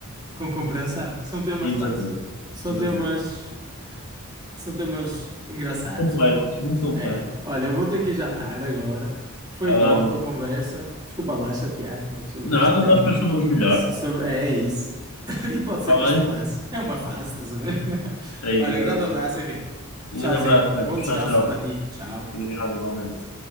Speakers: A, on the right (about 20°); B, on the left (about 80°).
A: com compreensão. São temas,
B: exatamente.
A: pá, são são
B: Exatamente.
A: temas, são temas engraçados.
B: Complexo, muito complexo.
A: É, olha, eu vou ter que ir jantar agora. Foi
B: Vai lá,
A: top
B: amigo.
A: a conversa. Desculpa lá chatear-te, meu, sobre
B: Nada,
A: este tema.
B: nós depois falamos melhor.
A: so- Sobre, é, é isso. <laughs> E pode
B: Está
A: ser que
B: bem?
A: isto passe. É uma fase, estás a ver? <laughs>
B: É isso,
A: Olha, grande
B: é isso.
A: abraço, Henrique.
B: Um
A: Tchauzinho.
B: grande abraço, Carlos.
A: Bom
B: Tchau,
A: descanso
B: tchau.
A: para ti. Tchau.
B: Obrigado, igualmente.